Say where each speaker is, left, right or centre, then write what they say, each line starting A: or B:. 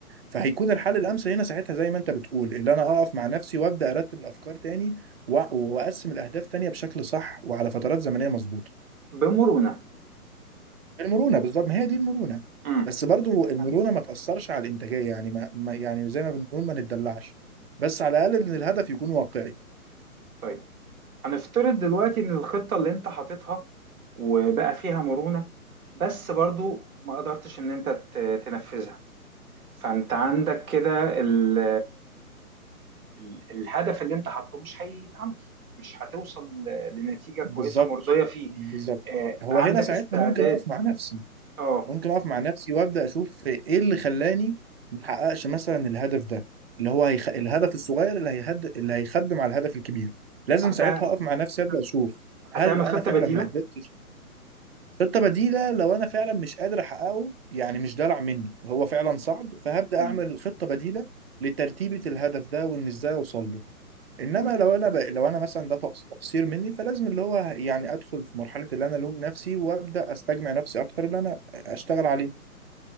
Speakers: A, on the right (about 40°); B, on the right (about 65°).
A: فهيكون الحل الامثل هنا ساعتها زي ما انت بتقول اللي انا اقف مع نفسي وابدا ارتب الافكار تاني و- واقسم الاهداف تانية بشكل صح وعلى فترات زمنيه مظبوطه
B: بمرونة
A: المرونه بالظبط ما هي دي المرونه
B: امم
A: بس برضو المرونه ما تاثرش على الانتاجيه يعني ما ما- يعني زي ما بنقول ما نتدلعش بس على الاقل ان الهدف يكون واقعي
B: طيب هنفترض دلوقتي ان الخطة اللي انت حاططها وبقى فيها مرونة بس برضو ما قدرتش ان انت ت- تنفذها فانت عندك كده ال- ال- الهدف اللي انت حاطه مش هيتعمل مش هتوصل ل- لنتيجة كويسة
A: بالظبط
B: مرضية فيه
A: بالظبط
B: آه،
A: هو
B: عندك
A: هنا ساعتها
B: استعداد
A: ممكن اقف مع نفسي
B: اه
A: ممكن اقف مع نفسي وابدا اشوف ايه اللي خلاني محققش مثلا الهدف ده اللي هو هيخ... الهدف الصغير اللي هيهد... اللي هيخدم على الهدف الكبير لازم
B: هت...
A: ساعتها اقف مع نفسي ابدا اشوف هل
B: هتعمل
A: انا
B: خطة
A: فعلا
B: بديلة
A: ما قدرتش خطه بديله لو انا فعلا مش قادر احققه يعني مش دلع مني هو فعلا صعب فهبدا
B: مم.
A: اعمل خطه بديله لترتيبة الهدف ده وان ازاي اوصل له انما
B: مم.
A: لو انا ب... لو انا مثلا ده تقص- تقصير مني فلازم اللي هو يعني ادخل في مرحلة اللي انا الوم نفسي وابدا استجمع نفسي اكتر اللي انا اشتغل عليه